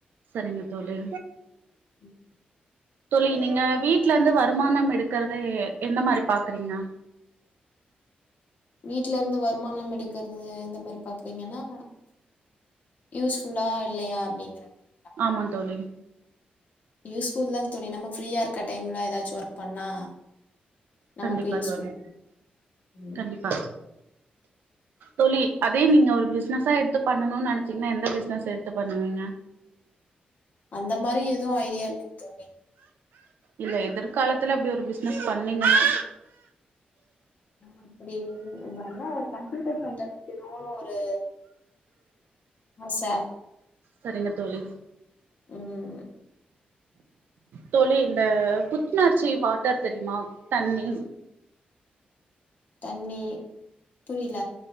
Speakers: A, on the right (about 80°); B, on the left (about 60°).
A: சரிங்க தோழு
B: உம்
A: தோழி நீங்க வீட்டுல இருந்து வருமானம் எடுக்கறத எந்த மாரி பாக்றீங்க
B: வீட்ல இருந்து வருமானம் எடுக்கறது இந்த மாரி பாக்குறீங்கன்னா யூஸ்ஃபுல்லா இல்லையா அப்படிங்கிற மாரி
A: ஆமா தோழி
B: யூஸ்ஃபுல் தாங் தோழி நம்ம ஃப்ரீயா இருக்க டைம்ல ஏதாச்சு ஒர்க் பண்ணா நமக்கு
A: கண்டிப்பா
B: யூஸ்ஃபுல்
A: தோழி
B: ம்
A: கண்டிப்பா தோழி அதே நீங்க ஒரு பிஸ்னஸா எடுத்து பண்ணணுனு நினைச்சீங்கன்னா எந்த பிஸ்னஸ் எடுத்து பண்ணுவீங்க
B: அந்த மாரி எது ஐடியா இல்லைங் தோழி
A: இல்ல எதிர்காலத்துல அப்டி ஒரு பிசினஸ் பண்ணிங்கன்னா
B: அப்டி வந்தா ஒரு கம்ப்யூட்டர் சென்டர் வெக்கணுனு ஒரு ஆச
A: சரிங்க தோழி
B: ம்
A: தோழி இந்த புத்துணர்ச்சி வாட்டர் தெரியுமா தண்ணி
B: தண்ணி புரில